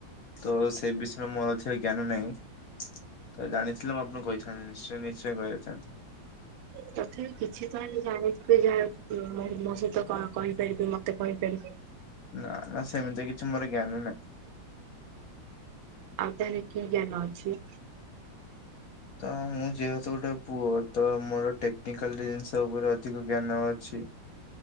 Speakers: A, on the left; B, on the right.
A: ତସେ ବିଷୟରେ ମୋର ଅଧିକ ଜ୍ଞାନ ନାହିଁ ତଜାଣି ଥିଲେ ଆପଣଙ୍କୁ କହିଥାନ୍ତି ନିଶ୍ଚୟ ନିଶ୍ଚୟ କହିଦେଇ ଥାନ୍ତି।
B: ତଥାପି କିଛିତ ହଲେ ଜାଣିଥିବେ ଯାହା ମ ମୋସହିତ କଣ କହିପାରିବି ମତେ କହିପାରିବେ?
A: ନା ନା ସେମିତି କିଛି ମୋର ଜ୍ଞାନ ନାହିଁ।
B: ଆଉ ତାହଲେ କିଜ୍ଞାନ ଅଛି?
A: ତ ମୁଁ ଯେହେତୁ ଗୋଟେ ପୁଅ ତ ମୋର ଟେକ୍ନିକାଲ୍ ଜିନିଷ ଉପରେ ଅଧିକ ଜ୍ଞାନ ଅଛି।